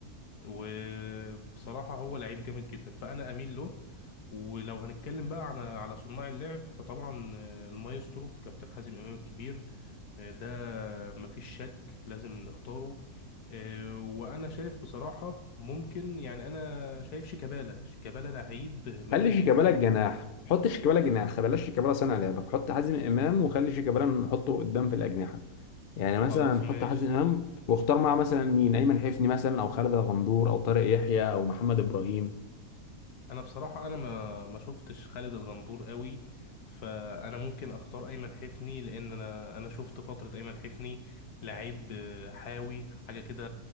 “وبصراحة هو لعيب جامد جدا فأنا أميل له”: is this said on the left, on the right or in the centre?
Left